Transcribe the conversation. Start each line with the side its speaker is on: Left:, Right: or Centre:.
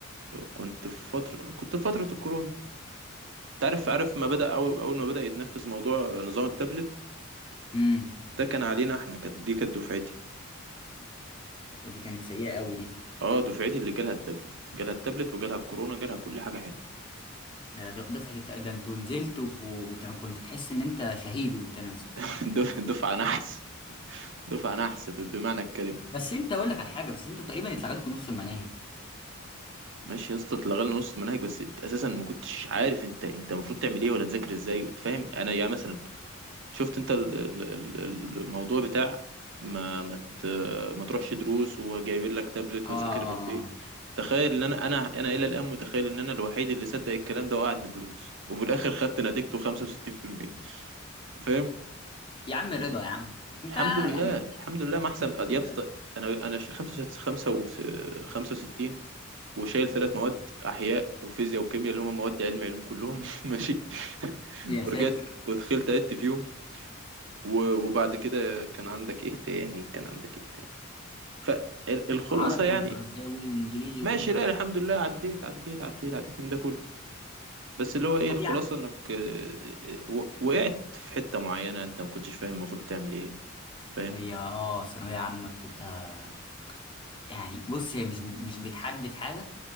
Right: كنت في فتره كنت في فتره الكورونا انت عارف عارف ما بدا اول اول ما بدا يتنفذ موضوع نظام التابلت
Left: امم
Right: ده كان علينا احنا كانت دي كانت دفعتي
Left: ودي كانت سيئة قوي دي
Right: اه دفعتي اللي جالها التابلت جالها التابلت وجالها الكورونا جالها كل حاجه حلوه
Left: ده ده- دفعة الت- ده انتوا نزلتوا ف- وت- كنت تحس ان انت شهيد وانت نازل
Right: <laughs> دف- دفعه نحس دفعه نحس ب- بمعنى الكلمه
Left: بس انت اقول لك على حاجة بس انتوا تقريبا اتلغى لكم نص المناهج
Right: ماشي يا اسطى اتلغى لنا نص المناهج بس انت اساسا ما كنتش عارف انت انت المفروض تعمل ايه ولا تذاكر ازاي وتفهم انا يعني مثلا شفت انت ال- ال- ال- الموضوع بتاع ما ما ت- ما تروحش دروس وجايبين لك تابلت
Left: اه
Right: وذاكر من البيت تخيل ان انا انا انا الى الان متخيل ان انا الوحيد اللي صدق الكلام ده وقعد من الدروس وفي الاخر خدت نتيجته 65% فاهم
Left: يا عم رضا يا عم انت
Right: الحمد لله
Left: يعني
Right: الحمد لله ما احسن
Left: الحمد
Right: يا
Left: لله
Right: اسطى انا انا 65 65 وشايل ثلاث مواد احياء وفيزياء وكيمياء اللي هم مواد علم علوم كلهم <laughs> ماشي
Left: يا
Right: ورجعت
Left: ساتر
Right: ودخلت عدت فيهم و- وبعد كده كان عندك ايه تاني كان عندك ايه تاني فالخلاصه
Left: عربي
Right: يعني
Left: وفرنساوي وانجليزي
Right: ماشي
Left: وكده
Right: لا الحمد لله عديت عديت عديت عديت من ده كله بس اللي هو ايه
Left: طب
Right: الخلاصه
Left: يا
Right: انك آه، آه، و- وقعت في حته معينه انت ما كنتش فاهم المفروض تعمل ايه فاهم
Left: عم هي اه ثانوية عامة بتبقى يعني بص هي مش مش بتحدد حاجة